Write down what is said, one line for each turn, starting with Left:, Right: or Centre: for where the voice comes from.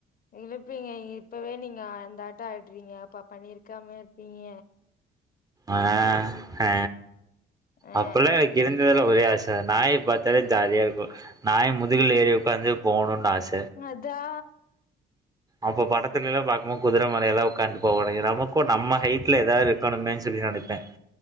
Left: இழுப்பீங்க இப்பவே நீங்க அந்த ஆட்டோ ஆட்றீங்க அப்ப பண்ணிருக்காமயா இருப்பீங்க
Right: ஆ ஹ
Left: ஆ
Right: அப்பெல்லா எனக்கு இருந்ததுலா ஒரே ஆச நாய பாத்தாலே ஜாலியாருக்கு நாய முதுகுல ஏரி ஒக்காந்து போணுனு ஆச
Left: மதா
Right: அப்ப படத்துல எல்லா பாக்கும்போது குதிர மேல எல்லா உக்காந்ட்டு போவானுங்க நமக்கு நம்ம ஹைட்ல எதாது இரு உக்காரனுன்னு சொல்லி நினைப்பே